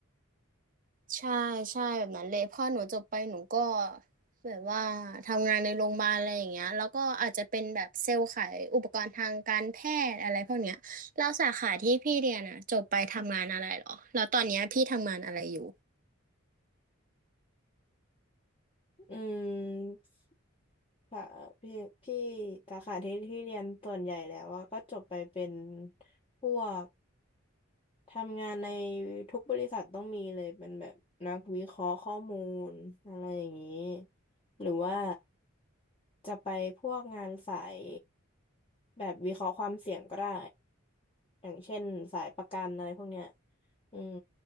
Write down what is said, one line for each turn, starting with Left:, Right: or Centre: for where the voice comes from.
Right: ใช่ใช่แบบนั้นเลยพอหนูจบไปหนูก็แบบว่าทำงานในโรงพยาบาลอะไรอย่างเงี้ยแล้วก็อาจจะเป็นแบบเซลล์ขายอุปกรณ์ทางการแพทย์อะไรพวกเนี้ยแล้วสาขาที่พี่เรียนอ่ะจบไปทำงานอะไรเหรอแล้วตอนเนี้ยพี่ทำงานอะไรอยู่
Left: อืมค่ะพี่พี่สาขาที่ที่เรียนส่วนใหญ่แล้วว่าก็จบไปเป็นพวก ทำงานในทุกบริษัทต้องมีเลยเป็นแบบนักวิเคราะห์ข้อมูลอะไรอย่างนี้หรือว่าจะไปพวกงานสายแบบวิเคราะห์ความเสี่ยงก็ได้อย่างเช่นสายประกันอะไรพวกเนี้ยอืม